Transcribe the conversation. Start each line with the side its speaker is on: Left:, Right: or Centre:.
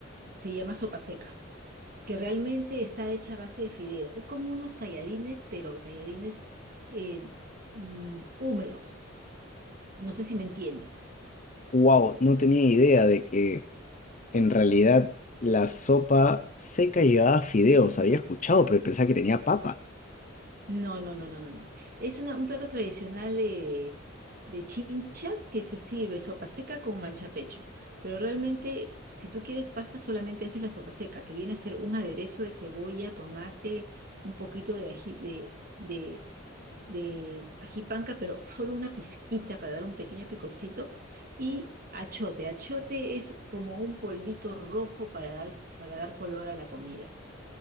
Right: se llama sopa seca, que realmente está hecha a base de fideos. Es como unos tallarines, pero tallarines eh, mm, húmedos. No sé si me entiendes.
Left: Wow, no tenía idea de que en realidad la sopa seca llevaba fideos. Había escuchado, pero pensaba que tenía papa.
Right: No, no, no, no, no, no. Es una- un plato tradicional de, de Chincha que se sirve sopa seca con mancha pecho. Pero realmente, si tú quieres pasta, solamente haces la sopa seca, que viene a ser un aderezo de cebolla, tomate, un poquito de ají, de, de, de ají panca, pero solo una pizquita para dar un pequeño picorcito. Y achote. Achote es como un polvito rojo para dar, para dar color a la comida.